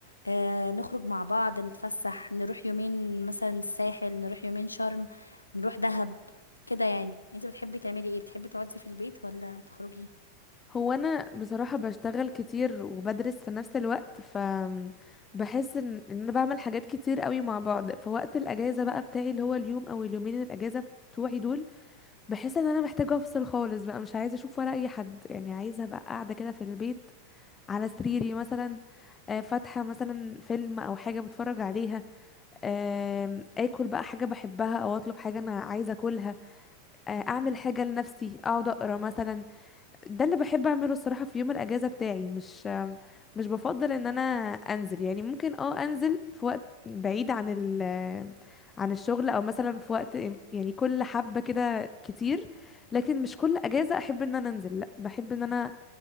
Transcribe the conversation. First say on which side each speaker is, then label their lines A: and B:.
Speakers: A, on the left; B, on the left.
A: آه نخرج مع بعض نتفسح نروح يومين مثلا الساحل نروح يومين شرم نروح دهب كده يعني انت بتحبي تعملي ايه بتحبي تقعدي في البيت ولا تخرجي
B: هو انا بصراحة بشتغل كتير وبدرس في نفس الوقت ف بحس ان إن انا بعمل حاجات كتير قوي مع بعض فوقت الاجازة بقى بتاعي اللي هو اليوم او اليومين الاجازة بتوعي دول بحس ان انا محتاجة افصل خالص بقى مش عايزة اشوف ولا اي حد يعني عايزة ابقى قاعدة كده في البيت على سريري مثلا آه، فاتحة مثلا فيلم او حاجة بتفرج عليها آم، اكل بقى حاجة بحبها او اطلب حاجة انا عايزة اكلها آه، اعمل حاجة لنفسي اقعد اقرا مثلا ده اللي بحب اعمله الصراحه في يوم الاجازه بتاعي مش مش بفضل ان انا انزل يعني ممكن اه انزل في وقت بعيد عن ال عن الشغل او مثلا في وقت يعني كل حبه كده كتير لكن مش كل اجازه احب ان انا انزل لا بحب ان انا